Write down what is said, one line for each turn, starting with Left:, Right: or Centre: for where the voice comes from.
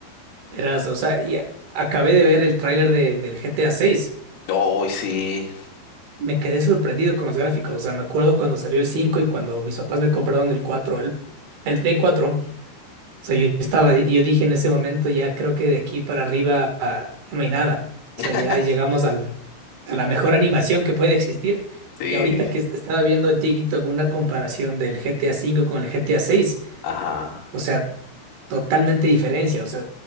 Right: Verás, o sea, y a- acabé de ver el tráiler de, del GTA seis.
Left: ¡Oh sí,
Right: Me quedé sorprendido con los gráficos. O sea, me acuerdo cuando salió el 5 y cuando mis papás me compraron el 4, el, el Play 4. O sea, yo estaba, yo dije en ese momento, ya creo que de aquí para arriba ah, ya no hay nada. O
Left: <laughs>
Right: sea, ya llegamos al, a la mejor animación que puede existir.
Left: sí,
Right: Y ahorita que est- estaba viendo en TikTok una comparación del GTA V con el GTA VI,
Left: ajá.
Right: o sea, totalmente diferencia. O sea,